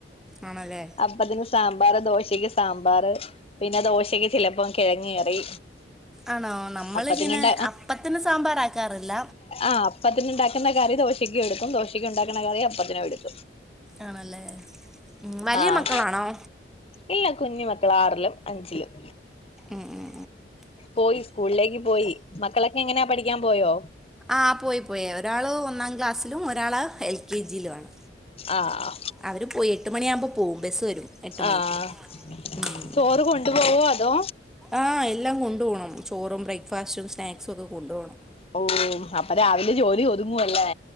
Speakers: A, in the centre; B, on the left (about 30°).
A: ആണല്ലേ
B: അപ്പതിന് സാമ്പാർ, ദോശക്ക് സാമ്പാർ, പിന്നെ ദോശക്ക് ചിലപ്പോം കിഴങ്ങ കറി
A: ആണോ നമ്മളിങ്ങനെ
B: അപ്പത്തിനുണ്ട
A: അപ്പത്തന സാമ്പാറാക്കാറില്ല.
B: ആഹ്പ്പത്തിന് ഉണ്ടാക്കുന്ന കറി ദോശക്കും എടുക്കും ദോശയ്ക്കുണ്ടാക്കുന്ന കറി അപ്പത്തിനും എടുക്കും
A: ആണല്ലേ ഉ വലിയ
B: ആഹ്
A: മക്കളാണോ
B: ഇല്ല കുഞ്ഞു മക്കള ആറിലും അഞ്ചിലും
A: ഉം ഉം
B: പോയി സ്കൂളിലേക്ക് പോയി മക്കളൊക്കെ എങ്ങനെയാ പഠിക്കാൻ പോയോ?
A: ആ പോയി പോയി ഒരാള് ഒന്നാം ക്ലാസ്സിലും ഒരാള് എൽ കെ ജിയിലുണ്
B: ആഹ്
A: അവർ പോയി എട്ട് മണിയാകുമ്പോ പോവും ബസ് വരും. എട്ട് മണിക്ക്
B: ആഹ്
A: ഉം
B: ചോറ് കൊണ്ടുപോവോ അതോ
A: ആഹ് എല്ലാം കൊണ്ട പോകണം ചോറും ബ്രേക്ക്ഫാസ്റ്റും സ്നാക്സും ഒക്കെ കൊണ്ടു പോകണം
B: ഓഹ് അപ്പൊ രാവിലെ ജോലി ഒതുങ്ങുവല്ലേ?